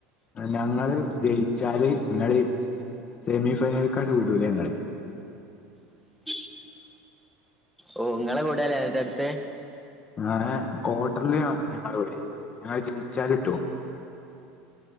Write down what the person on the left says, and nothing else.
ഞങ്ങള് ജയിച്ചാല് നിങ്ങള് സെമി ഫൈനലക്കട് വിടൂല ഞങ്ങള്
ഞാന് ക്വാട്ടറില് ഞങ്ങടെ കൂടെയാ ഞങ്ങള് ജനിച്ചാലിട്ടുവോ